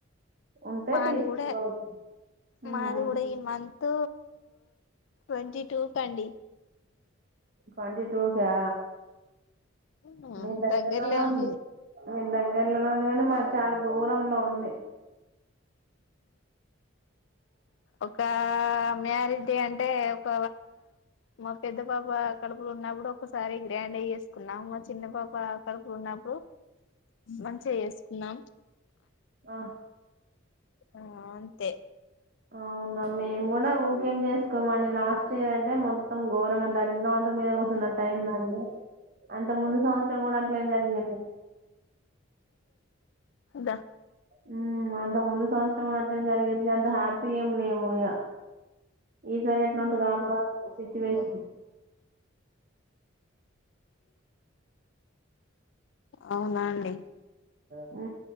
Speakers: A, on the right; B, on the left.
A: ఉంటే
B: మాది
A: తీసుకుందాం
B: కూడా
A: <inaudible> హు
B: మాది
A: హు
B: కూడా ఈ మంత్ ట్వంటీ టూకండి
A: ట్వంటీ టూకా
B: ఉమ్
A: మీ దగ్గరలోనే
B: దగ్గర్లే ఉంది.
A: మీ దగ్గరలోనే ఉంది కానీ మాది చాలా దూరంలో ఉంది.
B: ఒక మ్యారేజ్ డే అంటే ఒక మా పెద్ద పాప కడుపులో ఉన్నప్పుడు ఒ ఒక్కసారి గ్రాండ్ గా చేేసుకున్నాం. మా చిన్న పాప కడుపులో ఉన్నప్పుడు మంచిగా చేసుకున్నాం.
A: ఆహా
B: ఆ అంతే
A: అవునా మేము కూడా ఊకేం చేసుకోమండి. లాస్ట్ ఇయర్ అయితే మొత్తం ఘోరంగా దరిద్రమం మీద కూసున్నట్టు అయిందండి. అంత ముందు సంవత్సరం కూడా అట్లే జరిగింది.
B: దా
A: హూమ్ అంత ముందు సంవత్స రం అట్నే జరిగింది అంత హ్యా పీగా ఏం లేము ఇగ, ఈసారి ఎట్లుంటదో అప్పడి వరకు సిచ్యువేషన్.
B: అవునా అండి
A: హు